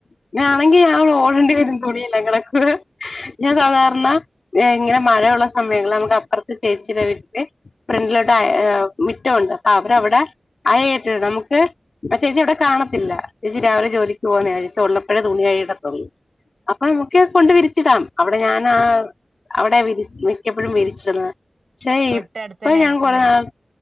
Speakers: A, on the left; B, on the right.
A: അങ്ങനെ ആണെങ്കി ഞാറോടണ്ടി വരും തുണിയില്ലങ്കിള് ഞാൻ സാധാരണ
B: ആണ്
A: ഇങ്ങനെ മഴ ഉള്ള സമയങ്ങള്ൽ നമുക്ക് അപ്പറ്ത്ത് ചേച്ചിടെവീട്ടില് ഫ്രണ്ടിലോട്ട് അയ മിറ്റവുണ്ട് അവരവിടെ അയ്ട്ടി നമുക്ക് ചേച്ചി ഇവിടെ കാണത്തില്ല ചേച്ചി രാവിലെ ജോലിക്ക് പോകുന്നേ <unintelligible> ഉള്ളപ്പഴേ തോന്നിയേ ഹ് ഇടത്തൊ <unintelligible> അപ്പെ അമുക്കി ഫണ്ട് വിരിച്ചിടാം. അവിടെ ഞാൻ ആഹ് അവിടെ വിരി മിക്കപ്പൊഴും വിരിച്ചതാ ശെ
B: തൊട്ടടുത്തന്നെ
A: ഇപ്പ
B: ആയിരിക്കൂലേ
A: ഞാൻ കൊറെ നാൾ